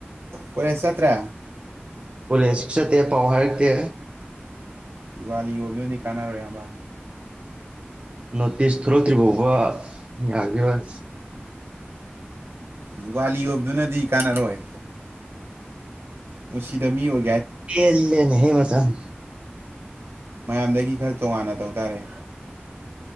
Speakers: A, on the right; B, on the right.
A: ꯀꯣꯂꯦꯁ ꯆꯠꯇ꯭ꯔꯦ
B: ꯀꯣꯂꯦꯖ ꯆꯠꯇꯦ ꯄꯥꯎ ꯍꯥꯏꯔꯛꯇꯦ
A: ꯖꯨꯒꯥꯂꯤ ꯌꯣꯕꯅꯗꯤ ꯀꯥꯟꯅꯔꯣꯏ ꯌꯥꯝꯕ
B: ꯅꯣꯇꯤꯁ ꯊꯣꯛꯂꯛꯇ꯭ꯔꯤ ꯐꯥꯎꯕ ꯌꯥꯒꯤꯔꯣꯏ
A: ꯖꯨꯒꯥꯂꯤ ꯌꯣꯕꯗꯨꯅꯗꯤ ꯀꯥꯟꯅꯔꯣꯏ ꯄꯨꯟꯁꯤꯗ ꯃꯤ ꯑꯣꯏ
B: ꯄꯦꯜꯂꯦꯅꯦ ꯍꯦꯃꯇꯝ <inaudible>
A: ꯃꯌꯥꯝꯗꯒꯤ ꯈꯔ ꯇꯣꯉꯥꯟꯅ ꯇꯧ ꯇꯥꯔꯦ